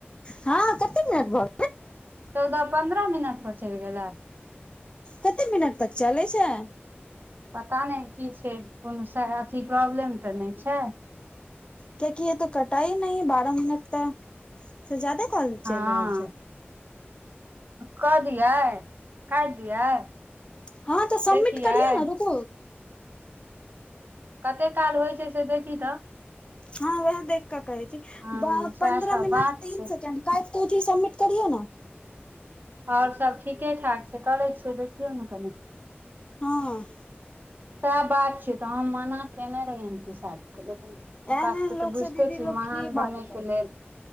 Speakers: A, on the left (about 25°); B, on the right (about 50°).
A: हँ कतेक मिनिट भ
B: चौदह पंन्द्रह मिनट पर चलि गेले
A: कते मिनट तक चलै छै
B: पता नहि की छै कोनो से अथी प्रॉब्लम तऽ नहि छै
A: कियकि ये तो कटाई नह बारह मिनट तऽ से ज्यादे कॉल
B: हँ
A: चलि रहल छै
B: कऽ दियै काटि दियै
A: हँ तऽ सबमिट
B: देखियै
A: करियौ ने रुको
B: कते काल होइ छै से देखी तऽ
A: हँ वह देख कऽ कहै छी
B: हँ
A: पन्द्रह
B: सएह सब
A: मिनट
B: बात
A: तीन
B: छै
A: सेकंड क कोठी सबमिट करिय ने
B: आओर सब ठीके ठाक छै करै छियै देखियौ ने कनि
A: हँ
B: सएह बात छियै तऽ हम मना कने रहियी पिसाजी के लेकिन हुनका
A: एहन
B: सबके
A: एहन लोक
B: तऽ
A: से
B: बुझिते
A: दीदी
B: छीियै
A: लोक
B: महान
A: की बात
B: बने
A: करे
B: के लेल